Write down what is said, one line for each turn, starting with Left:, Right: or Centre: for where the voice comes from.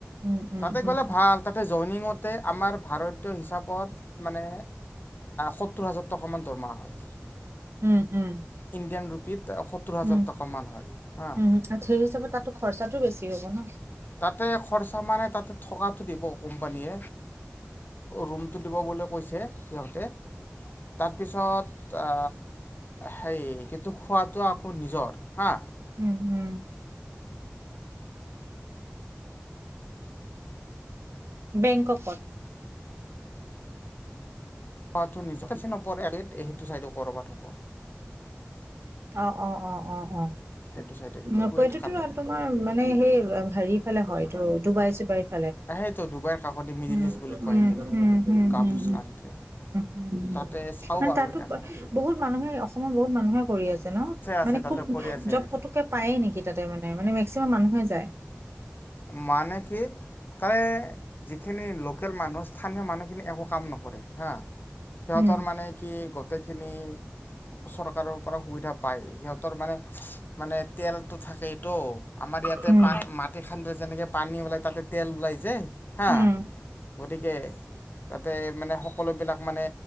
Right: উম, উম,
Left: তাতে
Right: উম,
Left: গলে ভাল তাতে জইনিঙত তে আমাৰ ভাৰতীয় হিচাপত মানে সত্তৰ হাজাৰ টকামান দৰমহা হয়
Right: উম উম
Left: ইণ্ডিয়ান ৰুপিত সত্তৰ হাজাৰ
Right: উম
Left: টকামান হয় হা
Right: উম সেই হিচাপে তাতো খৰচাটো বেছি হ'ব ন
Left: তাতে খৰচা মানে তাতে থকাটো দিব কোম্পানীয়ে ৰুমটো দিব বুলি কৈছে সিহঁতে তাৰপিছত আ হে কিন্তু খোৱাতটো আকৌ নিজৰ হা
Right: উম, উম, বেংককত।
Left: <unintelligible> নপৰে <unintelligible> সেইটো চাইডে কৰবাত হ'ব।
Right: অ', অ', অ', অ', অ'।
Left: সেইটো চাইডে
Right: <unintelligible>
Left: কুৱেইট কাটাৰ
Right: তোমাৰ মানে সেই হেৰি ফালে হয়। অ', দুবাই চুবাই <unintelligible> উম,
Left: সেইটো ডুবাইৰ কাষতে মিডিল
Right: উম,
Left: ইষ্ট বুলি কয় সেইখিনি
Right: উম, উম,
Left: গাফ
Right: উম,
Left: কাণ্ট্ৰি
Right: উম,
Left: তাতে চাওঁ বাৰু
Right: তাতো
Left: দেখা যাওঁ
Right: বহুত মানুহে, অসমৰ বহুত মানুহে কৰি আছে। <unintelligible> ন',
Left: আছে
Right: মানে
Left: তাতে
Right: খুব,
Left: কৰি আছে
Right: জব পতুকে পায়ে নেকি তাতে মানে মানে মেক্সিমাম মানুহে যায়।
Left: মানে কি, তাৰে যিখিনি লোকেল মানুহ, স্থানীয় মানুহ খিনি একো কাম নকৰে হা, সিহঁতৰ
Right: উম,
Left: মানে কি গোটেইখিনি চৰকাৰৰ সুবিধা পায়। সিহঁতৰ মানে, মানে তেলটো থাকেটো, আমাৰ ইয়াতে
Right: উম,
Left: মাটি এনেকে পানী ওলাই, তাতে তেল ওলাই যে হা
Right: উম।
Left: গতিকে, তাতে মানে, সকলোবিলাক মানে,